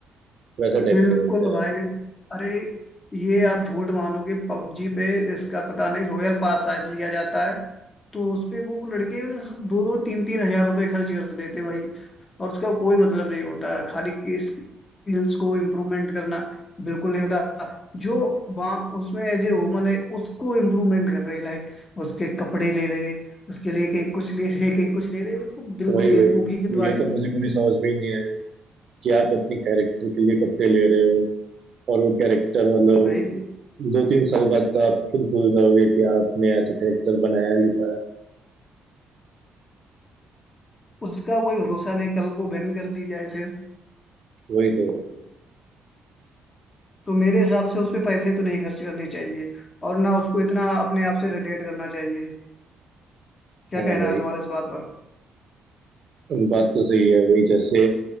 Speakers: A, on the right (about 55°); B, on the left (about 35°).
A: वैसा टाइप
B: बिल्कुल
A: का होता
B: भाई
A: है
B: अरे ये आप झूठ मानोगे पबजी पे इसका पता नहीं रॉयल पास शायद लिया जाता है तो उस पे वो लड़के दो दो तीन तीन हजार रुपए खर्च कर देते भाई और उसका कोई मतलब नहीं होता खाली की स्किल्स को इम्प्रूवमेंट करना बिल्कुल नहीं होता जो वहाँ उसमें एज ए वुमन है उसको इम्प्रूवमेंट कर रहे लाइक उसके कपड़े ले रहे उसके लिए कहीं कुछ ले रहे कहीं कुछ ले रहे उनको बिल्कुल
A: वही
B: बेवकूफियत
A: वही
B: वाली
A: ये तो मुझे कभी समझ में ही नहीं आया कि आप अपने कैरेक्टर के लिए कपड़े ले रहे हो और वो कैरेक्टर मतलब
B: भाई तो
A: दो तीन साल बाद तो आप खुद भूल जाओगे कि आपने ऐसा कैरेक्टर बनाया भी था
B: उसका कोई भरोसा नहीं कल को बैन कर दी जाए फिर
A: वही तो
B: तो मेरे हिसाब से उस पे पैसे तो नहीं खर्च करने चाहिए और ना उसको इतना अपने आप से रिलेट करना चाहिए क्या
A: हाँ
B: कहना
A: भाई
B: है तुम्हारा इस बात पर
A: बात तो सही है वही जैसे